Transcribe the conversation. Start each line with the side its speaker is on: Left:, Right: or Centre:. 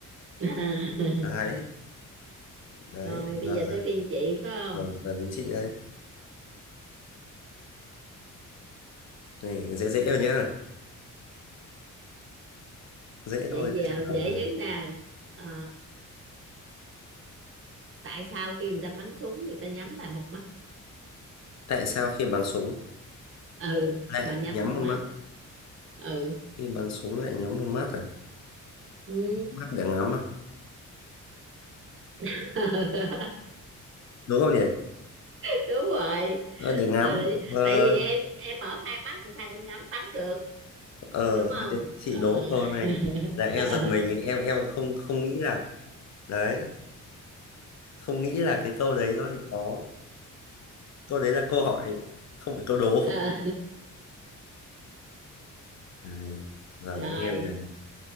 Right: À, <laughs>
Left: đấy đấy
Right: Rồi bây
Left: giờ
Right: giờ
Left: giờ
Right: tới phiên chị phải không?
Left: giờ, giờ đến chị đấy này dễ dễ rồi nhá dễ
Right: Chị
Left: thôi mới
Right: vào
Left: trả
Right: dễ
Left: lời được.
Right: nhất nè. À, tại sao khi người ta bắn súng người ta nhắm lại một mắt?
Left: tại sao khi bắn súng
Right: Ừ,
Left: lại
Right: mà nhắm
Left: nhắm
Right: một
Left: một
Right: mắt.
Left: mắt
Right: Ừ.
Left: khi bắn súng lại nhắm một mắt à
Right: Ừ.
Left: mắt để ngắm à
Right: <laughs>
Left: đúng không nhỉ
Right: đúng rồi
Left: ờ, để ngắm
Right: Ờ,
Left: ờ
Right: tại vì em em mở hai mắt làm sao em ngắm bắn được
Left: ờ
Right: đúng không
Left: đến chị
Right: ờ
Left: đố câu này
Right: <laughs>
Left: là em giật mình em em không không nghĩ là đấy không nghĩ là cái câu đấy nó lại có câu đấy là câu hỏi không phải câu đố
Right: Ờ.
Left: này, giờ
Right: rồi
Left: đến em này